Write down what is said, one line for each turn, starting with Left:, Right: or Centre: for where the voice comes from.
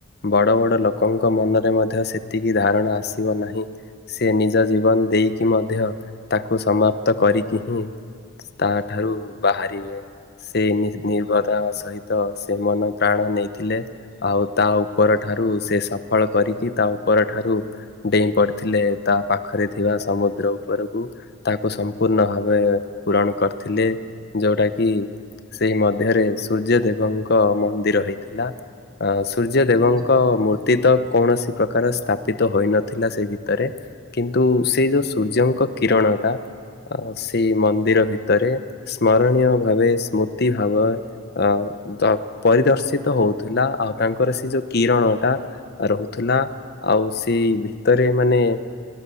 Left: ବଡ଼ ବଡ଼ ଲୋକଙ୍କ ମନରେ ମଧ୍ୟ ସେତିକି ଧାରଣା ଆସିବ ନାହିଁ ସେ ନି ନିଜ ଜୀବନ ଦେଇକି ମଧ୍ୟ ତାକୁ ସମାପ୍ତ କରିକି ହିଁ ତା ଠାରୁ ବାହାରିବେ ସେଇ ନିହିଁ ନିର୍ବଦ
Right: ଆଚ୍ଛା ଆଚ୍ଛା
Left: ସହିତ ସେ ମନ ପ୍ରାଣ ନେଇଥିଲେ। ଆଉ ତା ଉପର
Right: ଆଚ୍ଛା ଆଚ୍ଛା
Left: ଠାରୁ ସେ ସଫଳ କରିକି ତା ଉପରଠାରୁ ଡେଇଁ ପଡିଥିଲେ ତା ପାଖରେ ଥିବା ସମୁଦ୍ର ଉପରକୁ ତାକୁ ସମୁ ପୂର୍ଣ୍ଣ ଭାବେ ପୂରଣ କରିଥିଲେ ଯୋଉଟା କିି ସେଇ ମଧ୍ୟରେ ସୂର୍ଯ୍ୟ ଦେବଙ୍କ ମନ୍ଦିର ହେଇଥିଲା। ଆ ସୂର୍ଯ୍ୟଦେବଙ୍କ
Right: ଆଚ୍ଛା
Left: ମୂର୍ତ୍ତି ତକ୍ କୌଣସି ପ୍ରକାର ସ୍ଥାପିତ ହୋଇନଥିଲା ସେଇ ଭିତରେ କିନ୍ତୁ ସେଇ
Right: ଆଚ୍ଛା
Left: ଯୋଉ ସୂର୍ଯ୍ୟଙ୍କ କିରଣଟା। ଆ ସେଇ ମନ୍ଦିର ଭିତରେ ସ୍ମରଣୀୟ ଭାବେ ସ୍ମୃତି ଭାବ ଅ ଦ ପରିଦର୍ଶିତ ହଉଥିଲା। ଆଉ ତାଙ୍କର ସେ ଯୋଉ କିରଣ ଟା ରହୁଥିଲା ଆଉ ସେଇ ଭିତରେ ମାନେ।